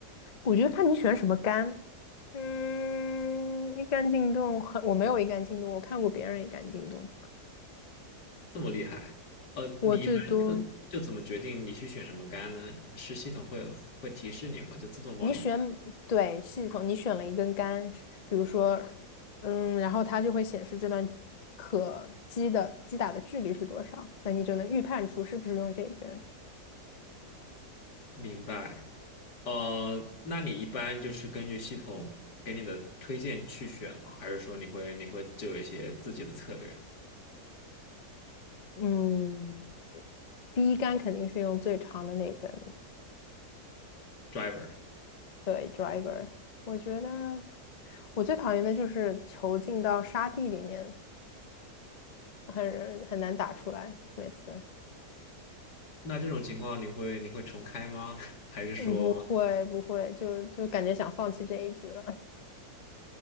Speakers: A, on the left; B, on the left.
A: 我觉得看你选什么杆，嗯，一杆进洞很，我没有一杆进洞，我看过别人一杆进洞。
B: 这么厉害？呃，
A: 我最多
B: 你一般就就怎么决定你去选什么杆呢？是系统会会提示你吗？就自动帮你
A: 你选对系统，你选了一根杆，比如说，嗯，然后它就会显示这段可击的击打的距离是多少，那你就能预判出是不是用这根。
B: 明白。呃，那你一般就是根据系统给你的推荐去选吗？还是说你会你会就有一些自己的策略
A: 嗯，第一杆肯定是用最长的那根，
B: ，driver？
A: 对，driver。我觉得我最讨厌的就是球进到沙地里面，很很难打出来，每次。
B: 那这种情况你会你会重开吗？<laughs> 还是说
A: 嗯，不会不会，就就感觉想放弃这一局了。